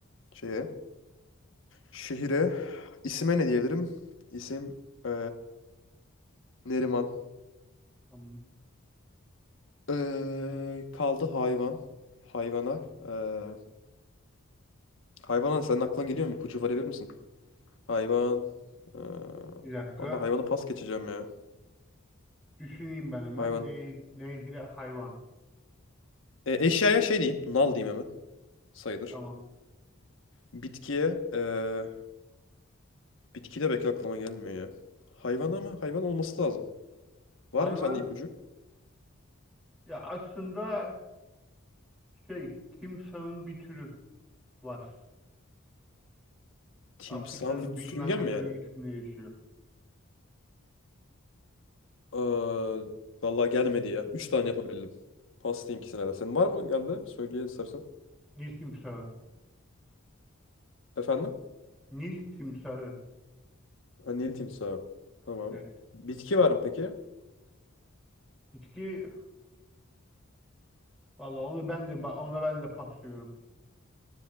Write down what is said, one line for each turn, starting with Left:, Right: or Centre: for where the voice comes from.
Left: şeye. Şehire. İsime ne diyebilirim? İsim ee, Neriman.
Centre: Tamam.
Left: Ee, kaldı hayvan. Hayvana. Ee, hayvana senin aklına geliyor mu? İpucu verebilir misin? Hayvan. Ee,
Centre: Bir dakika.
Left: vallahi hayvanı pas geçeceğim ya.
Centre: Düşüneyim ben hemen.
Left: Hayvan.
Centre: Ne, nehire hayvan.
Left: E, eşyaya şey diyeyim. Nal diyeyim hemen. Sayılır.
Centre: Tamam.
Left: Bitkiye e, bitki de belki aklıma gelmiyor ya. Hayvan ama hayvan olması lazım.
Centre: Hayvan
Left: Var mı sende ipucu?
Centre: ya aslında şey timsahın bir türü var.
Left: Timsah
Centre: Afrika'nın
Left: bir
Centre: bilmem
Left: sürüngen
Centre: ne
Left: mi
Centre: bölgesinde
Left: yani?
Centre: yaşıyor.
Left: Ee, vallahi gelmedi ya. Üç tane yapabildim. Pas diyeyim ikisine de. Senin var mı geldi? Söyle istersen.
Centre: Nil timsahı.
Left: Efendim?
Centre: Nil timsahı.
Left: Ha Nil timsahı. Tamam.
Centre: Evet.
Left: Bitki var mı peki?
Centre: Bitki valla onu ben de ona ben de paslıyorum.